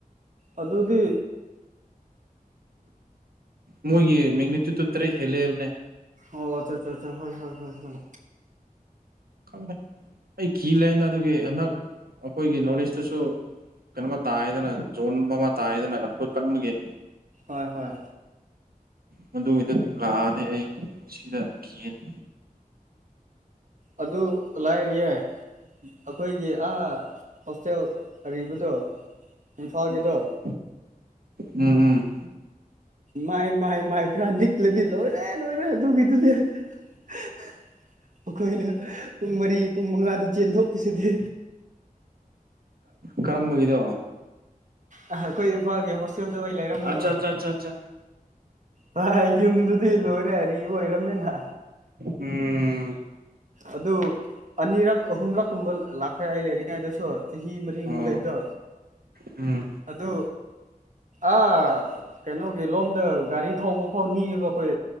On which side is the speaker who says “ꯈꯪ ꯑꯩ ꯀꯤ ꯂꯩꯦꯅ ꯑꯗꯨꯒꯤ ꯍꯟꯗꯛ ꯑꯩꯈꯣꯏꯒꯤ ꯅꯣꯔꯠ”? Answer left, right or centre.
Right